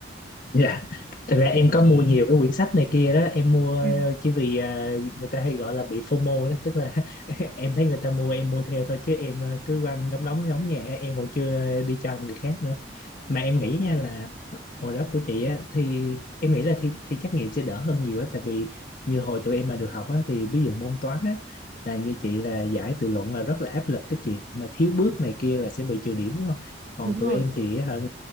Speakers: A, on the left; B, on the right.
A: dạ Thật ra em có mua nhiều cái quyển sách này kia đó em mua ờ,
B: Ừ.
A: chỉ vì ờ, người ta hay gọi là bị FOMO đó tức là <laughs> em thấy người ta mua em mua theo thôi chứ em ờ, cứ quanh đóng đóng đóng nhẹ em còn chưa đi cho người khác nữa mà em nghĩ nha là hồi đó của chị á thì em nghĩ là thi thi trắc nghiệm sẽ đỡ hơn nhiều á tại vì như hồi tụi em mà được học á thì ví dụ môn toán á là như chị là giải tự luận là rất là áp lực cái chuyện mà thiếu bước này kia là sẽ bị trừ điểm đúng không còn
B: đúng
A: tụi
B: rồi
A: em thì hả,